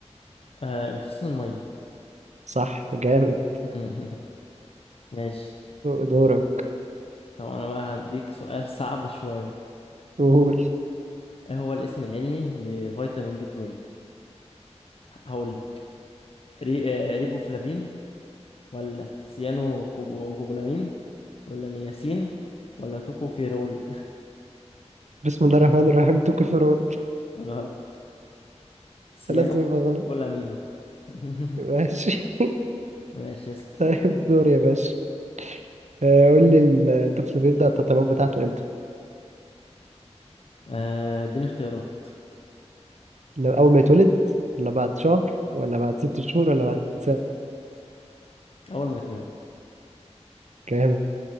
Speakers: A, on the left (about 55°); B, on the right (about 85°).
A: آه امتصاص المية
B: صح جامد
A: <laughs> ماشي
B: دورك
A: طب أنا بقى هديك سؤال <laughs> صعب شوية
B: قول <laughs>
A: ايه هو الاسم العلمي لفيتامين بي 12 هقول لك ري... آه، ريبوفلافين ولا سيانو كوبو... كوبولامين ولا نياسين ولا توكوفيرول
B: بسم الله الرحمن الرحيم تو كفر
A: <laughs> غلط سيانو
B: لازم
A: كو-
B: يبقى غلط
A: كوبولامين <laughs>
B: ماشي <laughs>
A: ماشي اسأل
B: طيب دور يا باشا آه، قول لي الطفل بيبدأ التطعيمات بتاعته امتى؟
A: آه، اديني اختيارات
B: لما- أول ما يتولد ولا بعد شهر ولا بعد ست شهور ولا بعد سنة؟
A: اول ما يتولد
B: كام؟